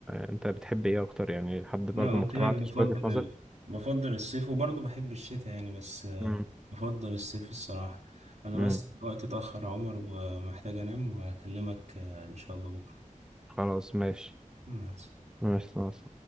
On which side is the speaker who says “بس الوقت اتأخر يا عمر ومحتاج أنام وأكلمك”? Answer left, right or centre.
Right